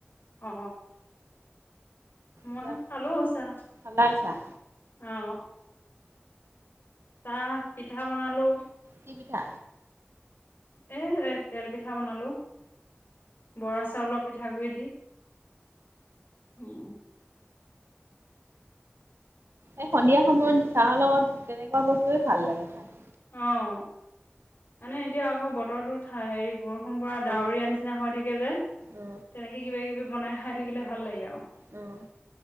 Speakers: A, on the left; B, on the right.
A: অ'। মই
B: কিয়
A: খালো চাহ।
B: খালাই চাহ
A: অ'। চাহ, পিঠা বনালো।
B: কি পিঠা?
A: এ তেল পিঠা বনালো। বৰা চাউলৰ পিঠাগুৰি দি। উম।
B: এই সন্ধিয়া সময়ত চাহৰ লগত তেনেকুৱা বস্তুৱে ভাল লাগে খাই।
A: অ', মানে এতিয়া আকৌ বতৰটো ঠা-হেৰি বৰ ষুণ পৰা ডাৱৰীয়া
B: অ
A: নিচিনা হৈ থাকে যে,
B: অ
A: তেনেকে কিবা কিবি বনাই খাই থাকিলে ভাল লাগে আৰু।
B: অ'।